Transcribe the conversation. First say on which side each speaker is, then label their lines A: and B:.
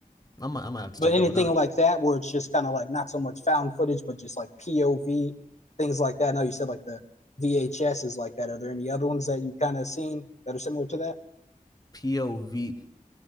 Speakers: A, on the left; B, on the left.
A: I might, I might have to
B: but
A: check
B: anything
A: that one out.
B: like that where it's just kind of like not so much found footage, but just like POV things like that. I know you said like the VHS is like that. Are there any other ones that you kind of seen that are similar to that?
A: POV.